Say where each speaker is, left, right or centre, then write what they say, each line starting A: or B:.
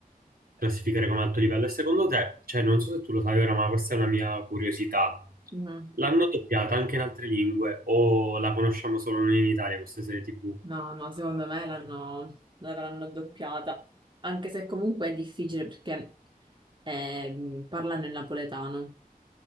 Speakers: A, on the right (about 70°); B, on the right (about 30°).
A: classificare come alto livello. E secondo te, cioè non so se tu lo sai ora, ma questa è una mia curiosità.
B: Mhm.
A: L'hanno doppiata anche in altre lingue o la conosciamo solo noi in Italia questa serie TV?
B: No, no, secondo me l'hanno l'avranno doppiata, anche se comunque è difficile perché eh, parlano il napoletano,